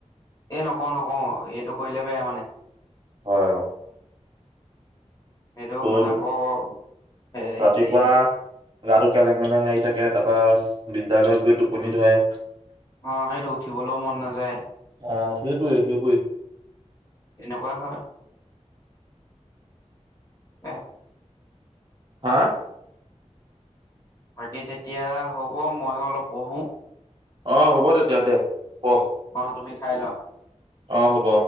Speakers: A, on the left; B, on the right.
A: এ নকওঁ নকওঁ এইটো কৰিলে বেয়া মানে
B: হয়
A: সেইটো
B: তোৰ
A: মানে বৰ হেৰি
B: ৰাতিপুৱা
A: হয়
B: গাটো কেলেং মেলেং লাগি থাকে তাৰপৰা বিদ্যালয়ত গৈ টোপনি ধৰে
A: অ সেইটো উঠিবলও মন নাযায়
B: অ সেইটোৱে সেইবোৰে
A: তেনেকুৱা হয় অহ
B: হাআ
A: বাকী তেতিয়া হ'ব ময়ো অলপ পঢ়ো
B: অ হ'ব তেতিয়া দে প
A: অ তুমি খায় লোৱা
B: অ হ'ব